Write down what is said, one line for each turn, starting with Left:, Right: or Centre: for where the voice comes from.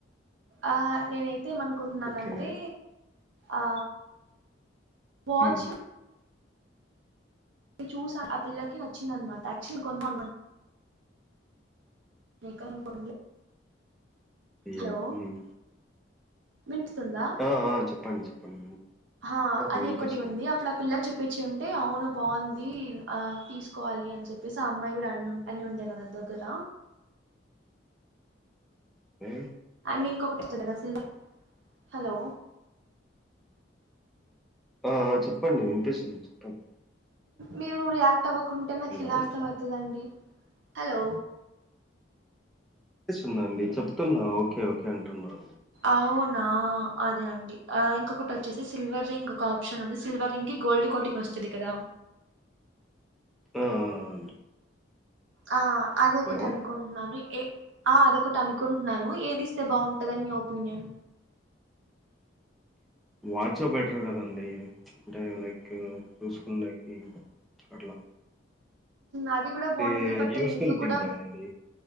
Right: ఆ నేనై తే ఏమనుకుంటున్నానంటే
Centre: ఓకే
Right: ఆ వాచ్
Centre: మ్మ్
Right: చూసా ఆ పిల్లకి నచ్చిందనమాట యాక్చుల్ కొన్నా ఇంకా ఏం కొన్లే
Centre: అయ్యో
Right: హలో
Centre: మ్మ్
Right: విన్పిస్తుందా!
Centre: ఆ ఆ చెప్పండి చెప్పండి.
Right: హ
Centre: ఆ
Right: అది
Centre: వినిపిస్తుందండి
Right: ఒకటి ఉంది అప్పుడు ఆ పిల్లకి చెప్ ప్పించి ఉంటే అవును బావుంది ఆ తీసుకోవాలి అని చెప్పేసి ఆ అమ్మాయి కూడా అను అని ఉండేను నా దగ్గర
Centre: ఏ
Right: అండ్ ఇంకొకటి వస్తుంది కదా సిల్వర్ హలో
Centre: ఆ ఆ చెప్పండి వినిపిస్తుంది చెప్పండి.
Right: మీరు రియాక్ట్ అవ్వకుంటే నాకు
Centre: హలో
Right: ఎలా అర్థం ఐతదండి హలో!
Centre: పిస్తుదండి చెప్తున్నా ఓకే ఓకే అంటున్నాను.
Right: అవునా! అదే అండి ఆ ఇంకొకటి వోచ్చేసి సిల్వర్ రింగ్ ఒక ఆప్షన్ ఉంది సిల్వర్ రింగ్ కి గోల్డ్ కోటింగ్ వోస్తది కదా!
Centre: ఆ ఆ అండి
Right: ఆ అది ఒకటి
Centre: హలో
Right: అన అనుకుంటున్నాను ఏ ఆ అదొకటి అనుకుంటున్నాను ఏది ఇస్తే బాగుంటదని మీ ఒపీనియన్
Centre: వాచో బెటర్ కదండి అంటే లైక్ చూసుకుడాకి అట్లా
Right: అది గుడా బావుంటది
Centre: ఏ
Right: బట్
Centre: యూస్ఫుల్
Right: రింగ్ గుడా
Centre: థింకింగ్ అండి.